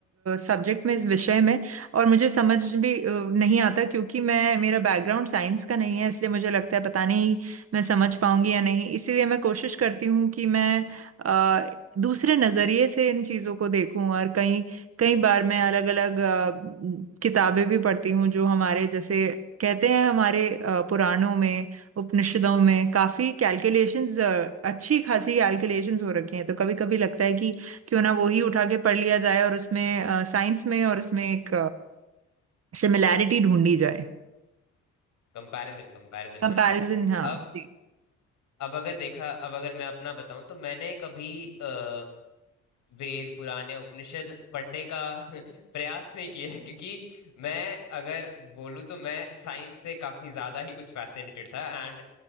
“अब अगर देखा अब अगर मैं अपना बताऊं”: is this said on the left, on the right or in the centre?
Left